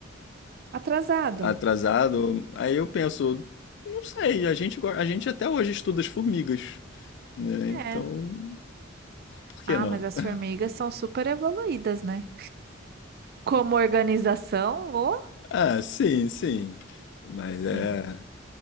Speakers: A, on the right; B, on the left.
A: Atrasado?
B: atrasado? Aí eu penso, não sei, a gente, go- a gente até hoje estuda as formigas, né?
A: É.
B: Então, por que
A: Ah,
B: não?
A: mas as
B: <laughs>
A: formigas são super evoluídas, né? Como organização, ô?
B: Ah, sim, sim. Mas
A: Sim.
B: é.